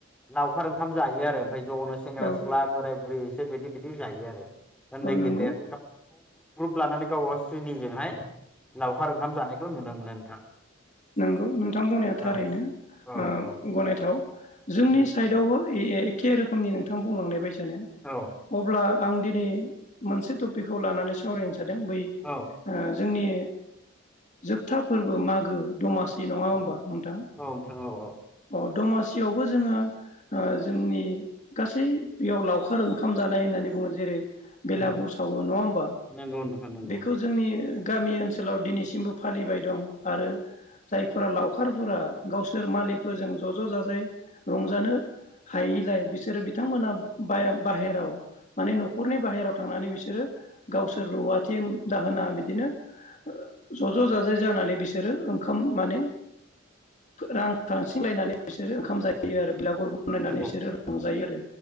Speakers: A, in the centre; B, on the left (about 40°).
A: लावखार ओं खाम जायो आरो। <unintelligible> जनो सेंग्रा
B: औ
A: सिख्ला बोराय बुरि <unintelligible> बिदि जायो आरो। ओनदै
B: औ
A: गेदेर
B: नंगौ
A: <unintelligible> <unintelligible> लानानै <unintelligible> लावखार ओंखाम जानाय <unintelligible> नुनो मोनो नोंथां।
B: नोंगौ नोंथां बुंनाया थारैनो
A: औ औ
B: ओ
A: औ
B: गनायथाव जोंनि
A: उम
B: सायदावबो <unintelligible> एखे रोख खोमनि नोंथां बुंलांनाय बायस
A: औ
B: <unintelligible> अब्ला आं दिनै मोनसे टपिकखौ लानानै <unintelligible> जादों बै
A: औ
B: ओ जोंनि जोबथा फोरबो मागो दमासि <unintelligible> नङा
A: औ
B: ओमबा नोंथां
A: नोंथां औ औ
B: अ दमासियावबो जोङो ओ जोंनि गासै बेयाव लावखार ओंखाम जानाय होननानै बुङो जेरै बेलागुर
A: उम
B: सावो नङा ओमबा
A: नंगौ नोंथां नंगौ
B: बेखौ जोंनि गामि ओनसोलाव दिनैसिमबो फालिबाय दं आरो जायफोरा लावखारफोरा गावसोर मालिकफोरजों ज ज जाजाय रंजानो हायिलाय बिसोरो बिथांमोना बाया बाहेराव माने नखरनि बाहेराव थांनानै बिसोरो गावसोर रुवाथिम दाहोना बिदिनो ओ ज ज जाजाय जानानै बिसोरो ओम <unintelligible> माने फो रां खांथिंलायनानै बिसोरो ओंखाम जायो आरो। बिलागुर बनायनानै
A: नंगौ
B: इसोरो रंजायो आरो